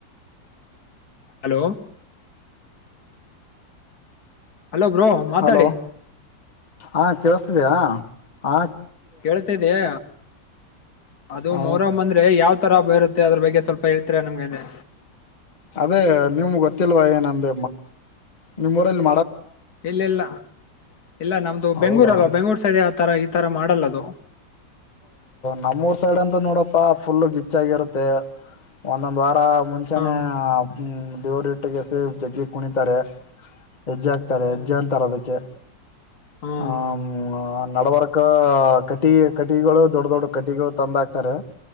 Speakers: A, on the left; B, on the left.
A: hello hello bro ಮಾತಾಡಿ
B: hello ಹಾ ಕೇಳಸ್ತಿದ್ದೀಯ ಹ
A: ಕೇಳ್ತಿದ್ದಿಯೆ ಅದು
B: ಹ
A: ಮೋಹರಂ ಅಂದ್ರೆ ಯಾವ ದಸರಾಬ್ಬ ಇರುತ್ತೆ ಅದರ ಬಗ್ಗೆ ಸ್ವಲ್ಪ ಹೇಳ್ತಿರಾ ನಮಗೆ ಅಂದೆ.
B: ಅದೇ ನಿಮ್ ಗೊತ್ತಿಲ್ವಾ ಏನಂದ ನಿಮ್ಮ್ ಊರ ಅಲ್ಲಿ,
A: ಇಲ್ಲ ಇಲ್ಲ ಇಲ್ಲ ನಮ್ದು
B: ಹೌದಾ
A: ಬೆಂಗಳೂರ್ ಅಲ್ವ ಬೆಂಗಳೂರ್ ಸೈಡಿ ಆ ತರ ಈ ತರ ಮಾಡಲ್ಲದು
B: ನಮ್ಮೂರ್ ಸೈಡ್ ಅಂತ ನೋಡಪ್ಪಾ ಫುಲ್ ಗಿಚ್ಚಗರುತ್ತೆ ಒಂದೊಂದ್ ವಾರ ಮುಂಚಾನೇ್ಮ
A: ಹ
B: ದೇವ್ರ ಹಟ್ಟಿಗೆಸ ಜಗ್ಗಿ ಕುಣಿತಾರೆ ಹೆಜ್ಜೆ ಹಾಕ್ತಾರೆ
A: ಹ್ಮ್
B: ಹೆಜ್ಜೆ ಅಂತಾರೆ ಅದಕ್ಕೆ
A: ಹ್ಮ್
B: ಹ ನಡವರ್ಕ ಕಟಿ ಕಟಿಗಳು ದೊಡ್ಡ ದೊಡ್ಡ ಕಟಿಗಳು ತಂದಾಕ್ತಾರೆ